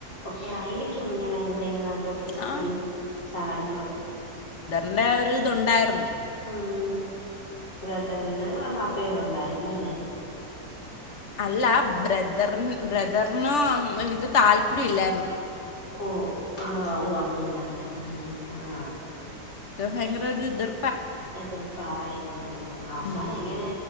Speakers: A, on the left (about 75°); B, on the left (about 40°).
A: ഒക്കെ ആയിരിക്കും ഇങ്ങനെ എന്തെങ്ങന..... ഒക്കെ
B: ആ
A: ചാടുന്നത്.....
B: അൻ്റെ ഒരു ഇതുണ്ടായിരുന്നു....
A: ആഹ.... ബ്രദറിന് അഫെയർ ഉണ്ടായിരുന്നല്ലേ......
B: അല്ല ബ്രദറി ബ്രദറിന ഇത് താല്പര്യം ഇല്ല.....
A: ഓ ആ ഓ അങ്ങനെ അങ്ങനെ അങ്ങനെ ആ
B: ഭയങ്കരാെര്ത്ർ
A: എത്ർപ്പായിരുന്നു അവസാനെങ്ങനെ
B: ഉം.